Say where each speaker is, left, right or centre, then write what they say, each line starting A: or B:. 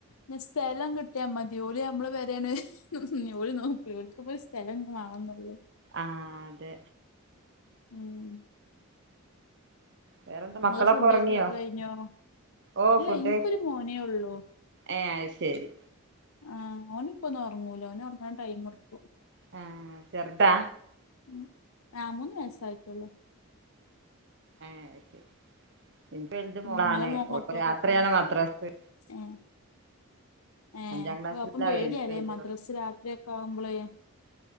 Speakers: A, on the left; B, on the right.
A: ഞ് സ്ഥലം കിട്ടിയാ മതി ഓല് നമ്മള് പെരാണ് ഉംഹും ഓര് നോക്കൂല ഓൽകിപ്പോ സ്ഥലം വാണംന്നുള്ളൂ
B: ആഹ് അതെ
A: ഉം
B: വേറെന്താ
A: ഇങ്ങള
B: മക്കളൊക്കെ
A: ഫുഡ്യ്ക്കലൊക്കെ
B: ഉറങ്ങിയോ
A: കഴിഞ്ഞോ
B: ഓ
A: ഇല്ല
B: ഫുഡ്
A: ഇൻക്കൊരു മോനേ ഉള്ളൂ
B: ഏഹ് അത് ശരി
A: ആഹ് ഓനിപ്പോ ഒന്നും ഒറങ്ങൂല ഓന് ഒറങ്ങാൻ ടൈം എടുക്കും
B: ആഹ് ചെറുതാ
A: ഉം ആഹ് മൂന്ന് വയസായിട്ടുള്ളൂ
B: ഏഹ് അയ്ശരി ഇൻക്ക് വൽത്
A: ഉം
B: മോളാണ്
A: ഇങ്ങളെ മോ
B: ഓൾക്ക്
A: മക്കൾക്കൊക്കെ
B: രാത്രിയാണ് മദ്രസ്.
A: ഏഹ് ഏഹ്
B: അഞ്ചാം ക്ലാസ്സിലാ
A: അ അപ്പം പേടിയാല്ലേ
B: വലുത്
A: മദ്റസ് രാത്രി കാവുമ്പള്.